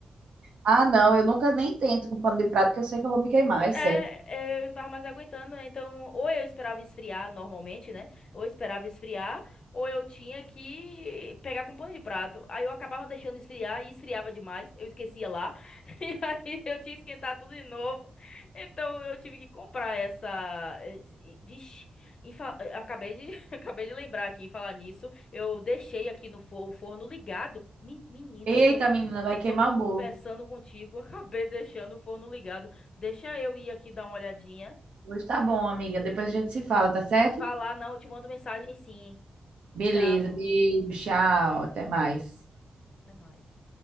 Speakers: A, on the right; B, on the left.
A: Ah, não, eu nunca nem tento com pano de prato, que eu sei que eu vou me queimar, é
B: É,
A: certo.
B: é, eu não tava mais aguentando, né? então ou eu esperava esfriar normalmente, né? Ou eu esperava esfriar, ou eu tinha que pegar com um pano de prato. Aí eu acabava deixando esfriar e esfriava demais, eu esquecia lá. <laughs> E aí eu tinha que esquentar tudo de novo. Então eu tive que comprar essa. esse- Vixe, em fa- eh, acabei de, <laughs> acabei de lembrar aqui, falar nisso. Eu deixei aqui no forno o forno ligado. Men- Menina,
A: Eita,
B: eu tô aqui,
A: menina, vai
B: eu
A: queimar
B: tô aqui
A: o
B: conversando
A: bolo.
B: contigo, <laughs> acabei deixando o forno ligado. Deixa eu ir aqui dar uma olhadinha.
A: Pois tá bom, amiga. Depois a gente se fala, tá certo?
B: Vá lá, não, eu te mando mensagem sim.
A: Beleza,
B: Tchau,
A: beijo, tchau, até mais.
B: até mais.